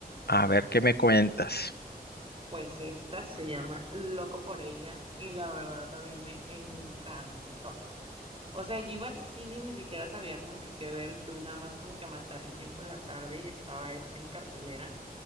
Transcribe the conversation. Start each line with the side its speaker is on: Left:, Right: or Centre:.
Left: a ver qué me cuentas.
Right: Pues esta se llama Loco por ella y la verdad a mí me encantó. O sea, yo iba al cine y ni siquiera sabía como que qué ver, fui nada más como que a matar el tiempo en la tarde y estaba esta en cartelera.